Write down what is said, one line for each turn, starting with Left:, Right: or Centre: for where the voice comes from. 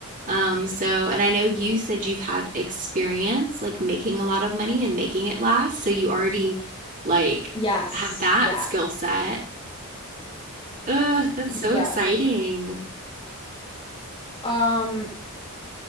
Right: Um, so, and I know you said you've had experience like making a lot of money and making it last, so you already like
Left: Yes,
Right: have that
Left: yes.
Right: skill set. Ugh, that's
Left: Yes.
Right: so exciting.
Left: Um,